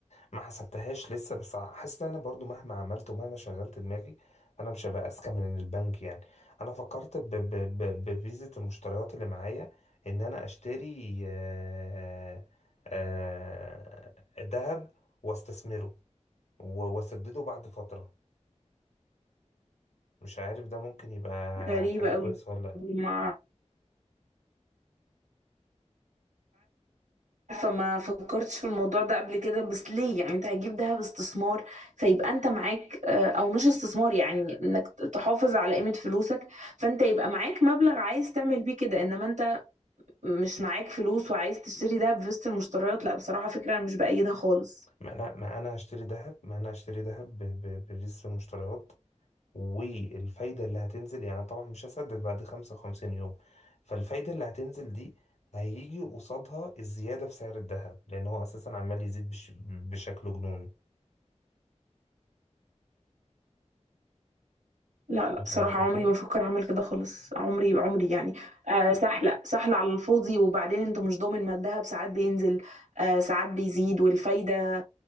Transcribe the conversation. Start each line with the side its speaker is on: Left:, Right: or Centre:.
Left: ما حسبتهاش لسه بس حاسس ان انا برضو مهما عملت ومهما شغلت دماغي انا مش هبقى اذكى من البنك يعني انا فكرت ب ب ب بفيزة المشتريات اللي معايا ان انا اشتري آه، آه، ذهب واستثمره و- واسدده بعد فترة مش عارف ده ممكن يبقى
Right: غريبه
Left: حاجة
Right: قوي
Left: كويسة ولا لا
Right: ما عارفة ما فكرتش في الموضوع ده قبل كده بس ليه يعني انت هتجيب دهب استثمار فيبقى انت معاك آه، او مش استثمار يعني انك تحافظ على قيمة فلوسك فانت يبقى معاك مبلغ عايز تعمل بيه كده انما انت مش معاك فلوس وعايز تشتري دهب في وسط المشتريات لا بصراحة فكرة انا مش بأيدها خالص
Left: ما انا ما انا هشتري ذهب ما انا هشتري ذهب ب- ب- بفيزة المشتريات والفايدة اللي هتنزل يعني طبعا مش هسدد بعد 55 يوم فالفايدة اللي هتنزل دي هيجي قصادها الزيادة في سعر الذهب لأن هو أساسا عمال يزيد بش... بشكل جنوني
Right: لا لا
Left: فاهم
Right: بصراحة
Left: الفكرة؟
Right: عمري ما افكر اعمل كده خالص عمري عمري يعني آه سهلة سهلة على الفاضي وبعدين انت مش ضامن ما الدهب ساعات بينزل آه ساعات بيزيد والفايدة